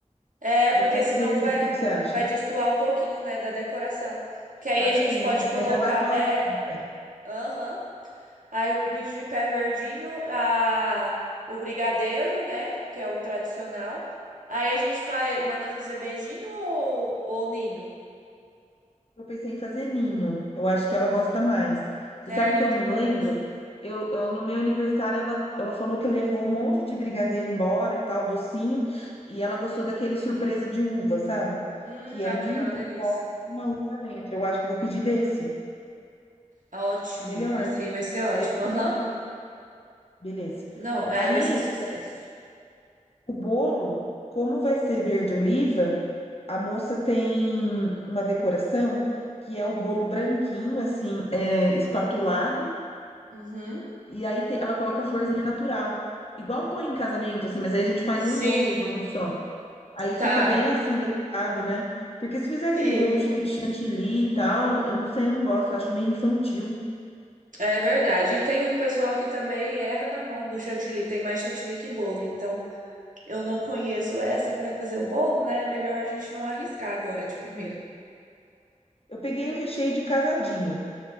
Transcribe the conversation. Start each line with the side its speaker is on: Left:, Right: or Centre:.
Right: É,
Left: Aí
Right: porque
Left: faz
Right: senão
Left: verde.
Right: vai
Left: O que que você acha?
Right: vai destoar um pouquinho, né, da decoração. Que aí
Left: Nada
Right: a gente
Left: a ver,
Right: pode
Left: né?
Right: colocar,
Left: Mas ela adora
Right: é,
Left: bicho de pé.
Right: Aham. Aí o bicho de pé verdinho, a... o brigadeiro, né? Que é o tradicional. Aí a gente faz... manda fazer beijinho ou... ou ninho?
Left: Eu pensei em fazer ninho. Eu acho que ela gosta mais. Você
Right: É,
Left: sabe que eu
Right: eu também
Left: não lembro?
Right: acho.
Left: Eu, eu- no meu aniversário, ela, ela falou que levou um monte de brigadeiro embora e tal, docinho. E ela gostou daquele surpresa de uva, sabe?
Right: Hum,
Left: Que é
Right: aquele
Left: ninho
Right: é uma
Left: por
Right: delícia.
Left: fora e uma uva dentro. Eu acho que vou pedir
Right: Uhum.
Left: desse.
Right: Ótimo.
Left: Melhor,
Right: Esse
Left: né?
Right: aí vai ser ótimo.
Left: Daí não tem
Right: Aham.
Left: ninho. Beleza.
Right: Não, aí
Left: Aí,
Right: vai ser sucesso.
Left: eh, o bolo, como vai ser verde oliva, a moça tem uma decoração que é o bolo branquinho, assim, eh, espatulado
Right: Uhum.
Left: E aí te- ela coloca florzinha natural. Igual põe em casamento, assim, mas aí a gente faz
Right: Sim,
Left: um bolo redondo só. Aí
Right: tá.
Left: fica bem assim, delicado, né? Porque se fizer aquele
Right: Fica.
Left: bolo cheio de chantilly e tal, eu não sei, eu não gosto, eu acho meio infantil.
Right: É verdade. E tem um pessoal que também erra na mão do chantilly. Tem mais chantilly que bolo, então. eu não conheço essa que vai fazer o bolo, né? É melhor a gente não arriscar agora de primeira.
Left: Eu peguei o recheio de casadinho.